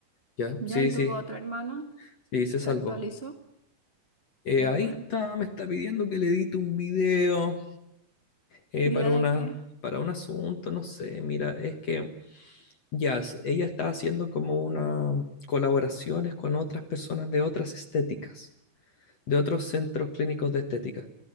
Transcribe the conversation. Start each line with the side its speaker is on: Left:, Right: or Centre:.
Left: Ya.
Right: Ya,
Left: Sí,
Right: y
Left: sí.
Right: tu otra hermana
Left: Sí, se salvó.
Right: te actualizó,
Left: Eh,
Right: ya
Left: ahí
Right: que bueno.
Left: está, me está pidiendo que le edite un video eh,
Right: ¿Video
Left: para una,
Right: de qué?
Left: para un asunto, no sé, mira, es que ya, s- ella está haciendo como una mm, colaboraciones con otras personas de otras estéticas, de otros centros clínicos de estética.